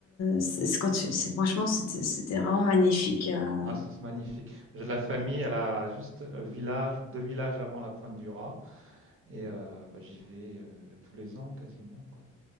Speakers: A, on the left; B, on the right.
A: c'est c'est quand tu- c'est- franchement, c'était c'était vraiment magnifique. euh,
B: Ah, c'est magnifique. J'ai de la famille, elle a juste le village ou deux villages avant la pointe du Rat. Et euh, bah, j'y vais euh, tous les ans quasiment. Quoi.